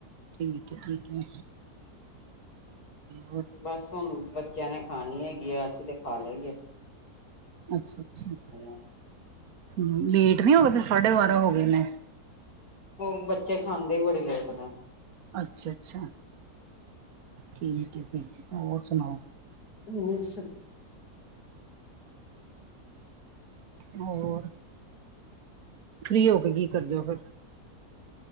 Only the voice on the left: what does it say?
ਬਸ, ਹੁਣ ਬੱਚਿਆਂ ਨੇ, ਖਾਣੀ ਹੈਗੀ ਆ। ਅਸੀਂ ਤੇ ਖਾ ਲਈ ਏ।
ਆ
ਉਹ, ਬੱਚੇ ਖਾਂਦੇ ਹੀ, ਬੜੀ ਲੋਟ ਨੇ।
ਹੋਰ ਸਭ